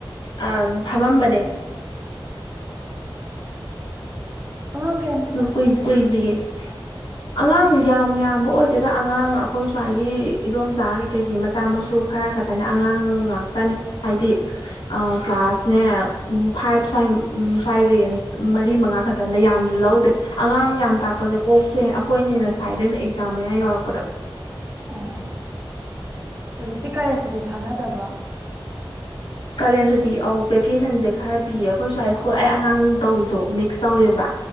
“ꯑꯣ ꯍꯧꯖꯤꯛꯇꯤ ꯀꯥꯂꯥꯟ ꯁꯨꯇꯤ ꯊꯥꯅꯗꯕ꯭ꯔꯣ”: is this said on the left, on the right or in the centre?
Right